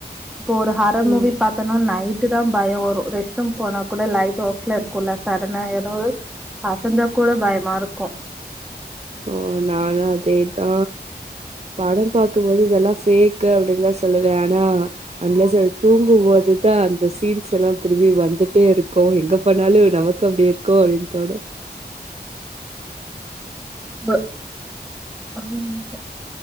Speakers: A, in the centre; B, on the right.
A: இப்போ ஒரு ஹாரர்
B: ம்
A: மூவி பாத்தன நைட் டு தா பய வரு ரெஸ்ட் ரூம் போனா கூட லைட் ஆஃப்ல இருக்குல சடனா ஏதாவது அசஞ்சா கூட பயமா இருக்கு
B: கு நானு அதேதா படம் பாக்கும்போது இதெல்லா ஃபேக்கு அப்டின்னு தா சொல்லுவே ஆனா அன்லஸ் தூங்கும்போதுதா அந்த சீன்ஸ் எல்லா திருபாபி வந்துட்டே இருக்கு எங்க பண்ணாலு நமக்கு அப்டி இருக்கொ அப்டின்னு தோணு
A: ப ஆம்மா